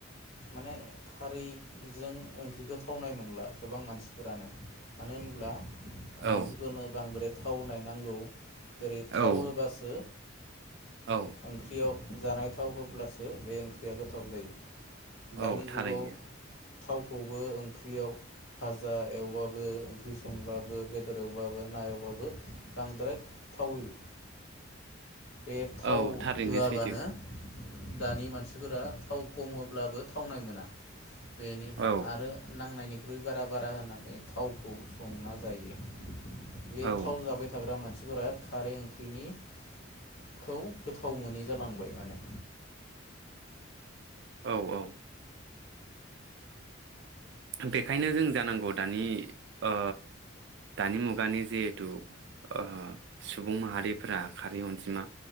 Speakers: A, on the left; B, on the right.
A: माने खारैजों ओंख्रिखौ थावनाय मोनला गोबां मानसिफोरानो मानो होनब्ला
B: औ
A: मानसिफोरनो बांद्राय थावनाय नांगौ जेरै थाव
B: औ
A: होबासो
B: औ
A: ओंख्रियाव जानाय थाव होब्लासो बे ओंख्रिया गोथाव जायो दानि
B: औ थारैनो
A: जुगाव थावखौबो ओंख्रियाव भाजा एवबाबो ओंख्रि संबाबो बेदर एवबाबो ना एवबाबो बांद्राय थाव होयो बे थाव
B: औ थारैनो
A: होआबानो
B: सैथो
A: दानि मानसिफोरा थाव खम होब्लाबो थावनाय मोना बेनिफ्राय
B: औ
A: आरो नांनायनि खौ बारा बारा होनानै थावखौ संना जायो बे
B: औ
A: थाव जाबाय थाग्रा मान सिफोरा खारै ओंख्रिनिखौ गोथाव मोनै जालांबाय माने
B: औ औ बेखायनो जों जानांगौ दानि ओ दानि मुगानि जिहेथु ओ सुबुं माहारिफोरा खारै अनजिमा